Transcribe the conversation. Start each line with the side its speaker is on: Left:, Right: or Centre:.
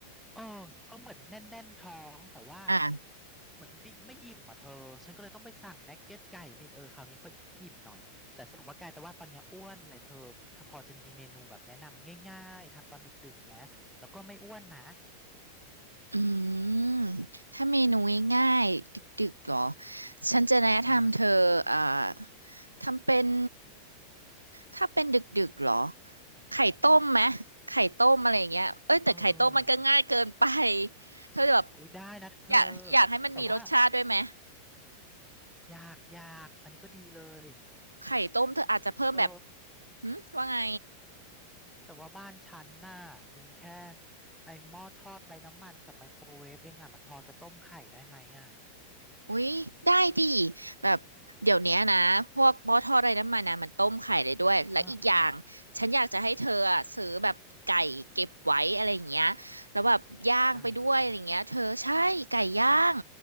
Centre: เออก็เหมือนแน่นแน่นท้องแต่ว่า
Right: อ่า
Centre: เหมือนไม่ไม่อิ่มอ่ะเธอฉันก็เลยต้องไปสั่งนักเก็ตไก่มาอีกเออคราวนี้ค่อยอิ่มหน่อยแต่สรุปว่ากลายแต่ว่าตอนเนี้ยอ้วนเลยเธอเธอพอจะมีเมนูแบบแนะนำง่ายๆทำตอนดึกๆไหมแล้วก็ไม่อ้วนนะ
Right: อืมถ้าเมนูง่ายๆดึกๆเหรอ ฉันจะแนะนำเธออ่า
Centre: ใช่
Right: ทำเป็น ถ้าเป็นดึกๆเหรอ ไข่ต้มไหม ไข่ต้มอะไรอย่างเงี้ยเอ้ย แต่ไข่ต้มมันก็ง่ายเกินไป
Centre: เออ
Right: เธอแบบ
Centre: โอ้ยได้นะเธอ
Right: อยากอยากให้มันมีรสชาติด้วยไหม
Centre: แต่ว่ายากยากอันนี้ก็ดีเลย
Right: ไข่ต้มเธออาจจะเพิ่มแบบ
Centre: เธอ
Right: หืมว่าไง
Centre: แต่ว่าบ้านฉันน่ะมีแค่ไอ้หม้อทอดไร้น้ำมันกับไมโครเวฟเองอ่ะมันพอจะต้มไข่ได้ไหมอ่ะ
Right: อุ๊ยได้ดิแบบเดี๋ยวเนี้ยนะพวกหม้อทอดไร้น้ำมันนะมันต้มไข่ได้ด้วยและอีกอย่างฉันอยากจะให้เธออะซื้อแบบไก่เก็บไว้อะไรอย่างเงี้ยแล้วแบบย่างไปด้วยอะไรอย่างเงี้ยเธอใช่ไก่ย่าง
Centre: หรอเออเออไก่หรออื